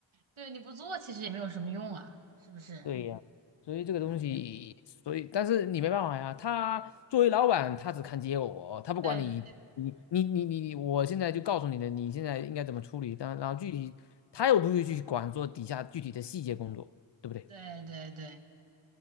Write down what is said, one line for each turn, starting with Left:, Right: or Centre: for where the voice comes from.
Right: 对，你不做其实也没有什么用啊，是不是？
Left: 对呀，所以这个东西，
Right: Yeah
Left: 所以但是你没办法呀。他作为老板，他只看结果，他不管你，
Right: 对对对
Left: 你你你你，你。我现在就告诉你的，你现在应该怎么处理。但然后具体他又不会去管做底下具体的细节工作，对不对？
Right: 对对对，